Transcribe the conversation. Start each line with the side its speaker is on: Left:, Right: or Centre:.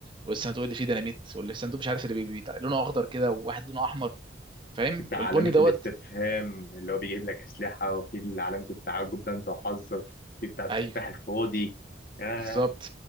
Right: والصندوق اللي فيه ديناميت والصندوق مش عارف اللي بي... بي- لونه اخضر كده وواحد لونه احمر فاهم
Left: بتاع
Right: والبني
Left: علامه الاستفهام
Right: دوت
Left: اللي هو بيجيب لك اسلحه وفي علامه التعجب ده انت وحظك في بتاع التفاح
Right: ايوه
Left: الفاضي آه،
Right: بالظبط